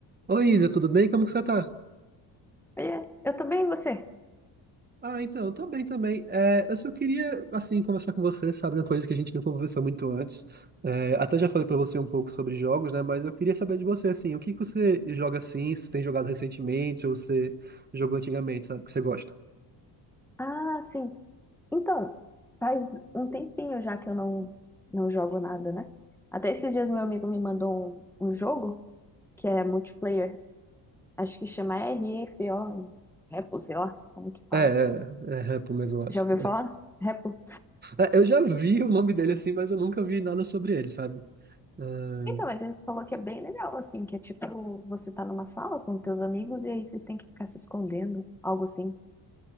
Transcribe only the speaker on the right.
Oi, Isa, tudo bem? Como que você tá?
Ah, então, eu tô bem também. É, eu só queria, assim, conversar com você, sabe, uma coisa que a gente não conversou muito antes. É, até já falei pra você um pouco sobre jogos, né? Mas eu queria saber de você, assim, o que que você joga assim, se tem jogado recentemente ou você jogou antigamente, sabe, que você gosta?
É, é, é Repo mesmo, eu acho.
É. É, eu já vi o nome dele, assim, mas eu nunca vi nada sobre ele, sabe? Ah,